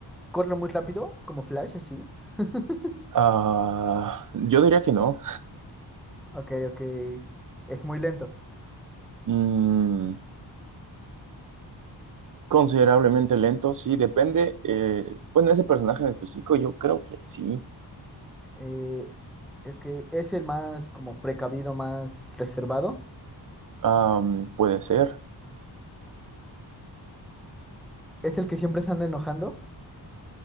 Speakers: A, in the centre; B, on the right (about 45°).
A: corre muy rápido, como Flash, así. <laughs>
B: Ah, yo diría que no.
A: Ok, ok. Es muy lento.
B: Mm, considerablemente lento, sí, depende. eh, bueno, ese personaje en específico, yo creo que sí.
A: Eh, es que es el más como precavido, más reservado.
B: Am, puede ser.
A: Es el que siempre se anda enojando.